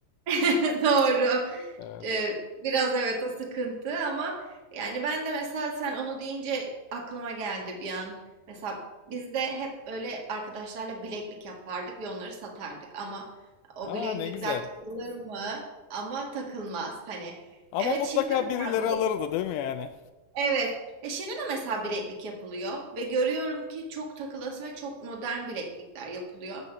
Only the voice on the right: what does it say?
<laughs> Doğru.
Eee, biraz evet o sıkıntı ama yani ben de mesela sen onu deyince aklıma geldi bir an. Mesela biz de hep böyle arkadaşlarla bileklik yapardık ve onları satardık. Ama o
bileklikler
takılır mı? Ama takılmaz. Hani
evet
şimdi de mesela
Evet. E şimdi de mesela bileklik yapılıyor ve görüyorum ki çok takılası ve çok modern bileklikler yapılıyor.